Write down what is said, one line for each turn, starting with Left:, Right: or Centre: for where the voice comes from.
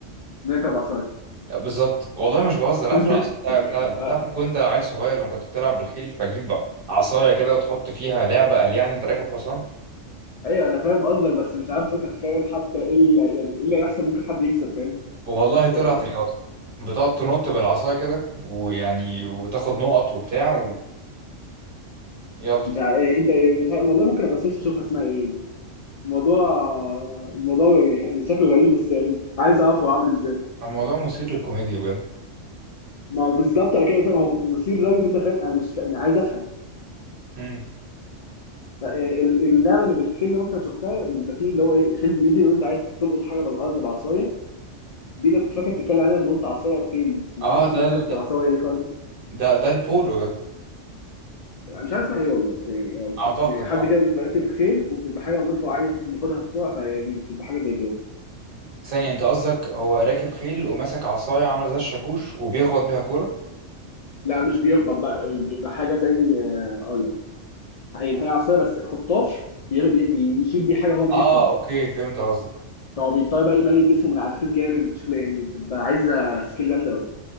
Left: نركب عصايه
Right: بالظبط والله مش بهزر
Left: <laughs>
Right: عارف العصا بتاع بتاع- بتاعتك
Left: آه،
Right: وانت عيل صغير لما كنت بتلعب بالخيل فجيب عصايه كده وتحط فيها لعبه قال يعني انت راكب حصان
Left: ايوه انا فاهم قصدك بس مش عارف اتخيل حتى ايه اللي يعني ايه اللي هيحصل ممكن حد يكسب فاهم
Right: والله طلعت
Left: يعني
Right: رياضه بتقعد تنط بالعصايه كده ويعني وتاخد نقط وبتاع ويلا
Left: مش ع... يعني انت مش ع... والله ممكن ابقى سيرش اشوفها اسمها ايه يعني. الموضوع الموضوع يعني ح- شكله غريب بس يعني عايز اعرف هو عامل ازاي
Right: الموضوع مثير للكوميديا بجد
Left: ما هو بالظبط انا كده فاهم هو مثير لدرجه انت فاهم انا مش أنا عايز افهم
Right: امم
Left: لا يعني ال- اللعبه اللي بالخيل اللي ممكن شفتها اللي يبقى فيه اللي هو ايه خيل بيجري وانت عايز تلقط حاجه من الارض بعصايه دي اللي كنت فاكر بتتكلم عنها لما قلت عصايه وخيل بس ما
Right: اه
Left: اعرفش
Right: ده
Left: انها
Right: ال...
Left: كانت في العصايه دي خالص
Right: ده ده البولو ده
Left: مش عارف اسمها ايه والله بس يعني هو
Right: اعتقد
Left: كانت- يعني حد
Right: اه
Left: كده بيبقى راكب خيل وبتبقى حاجه مغلفه وعايز ياخدها بسرعه فيعني بتبقى حاجه زي كده
Right: ثانيه انت قصدك هو راكب خيل وماسك عصايه عامله زي الشاكوش وبيخبط بيها كوره
Left: لا مش بيخبط بقى بيبقى حاجه زي آه، اقول لك يعني هي عصايه بس خطاف بي- بي- بي- بيشيل بيه حاجه هو ماشي
Right: اه
Left: بسرعه
Right: اوكي فهمت قصدك
Left: فهو بيضطر بقى يميل جسمه من على الخيل جامد بشكل يعني بتبقى عايزه سكيل جامده قوي